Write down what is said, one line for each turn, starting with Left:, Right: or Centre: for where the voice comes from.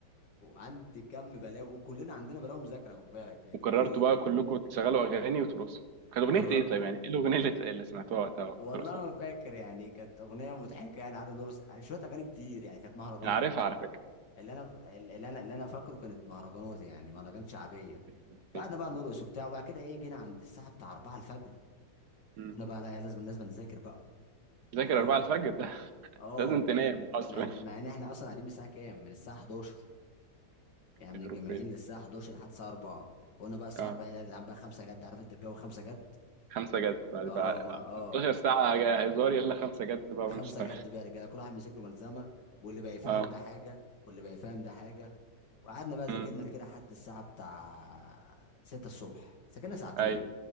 Left: وعندي كم بلاوي وكلنا عندنا بلاوي مذاكره خد بالك يعني
Right: وقررتوا
Left: كل
Right: بقى كلكم تشغلوا اغاني وترقصوا كانت اغنيه
Left: قرر
Right: ايه طيب يعني ايه الاغنيه اللي اللي سمعتوها وقتها وأنتوا
Left: والله
Right: بترقصوا
Left: ما
Right: عليها؟
Left: فاكر يعني كانت اغنيه مضحكه يعني قعدنا نرقص يعني شويه اغاني كتير يعني كانت مهرجانات
Right: انا عارفها على فكره
Left: اللي انا ف- اللي انا اللي انا فاكره كانت مهرجانات يعني مهرجانات شعبيه
Right: يخرب
Left: فقعدنا
Right: بيت
Left: بقى نرقص وبتاع وبعد كده ايه جينا عند الساعه بتاع 4 الفجر
Right: مم.
Left: قلنا بقى لا يا لازم لازم نذاكر بقى
Right: ذاكر
Left: حلو
Right: 4
Left: قوي
Right: الفجر
Left: كده
Right: ده <laughs>
Left: اه
Right: لازم تنام
Left: يعني
Right: اصلا
Left: مع إن- مع ان احنا اصلا قاعدين من الساعه كام من الساعه 11 يعني
Right: <laughs> يخرب
Left: من الجامعين للساعه 11 لحد الساعه 4 فقلنا بقى الساعه
Right: بيت
Left: 4 يا جدعان بقى 5 جد عارف انت الجو 5 جد
Right: خمسة جد بعد
Left: اه
Right: بقى
Left: ما اه
Right: 16 ساعة هزار يلا خمسة جد بقى
Left: خمسه
Right: ونشتغل
Left: جد بقى رجاله كل واحد مسك له ملزمه واللي بقى يفهم
Right: اه
Left: ده حاجه واللي بقى يفهم ده حاجه وقعدنا بقى ذاكرنا
Right: أمم.
Left: كده لحد الساعه بتاع 6 الصبح ذاكرنا ساعتين
Right: اي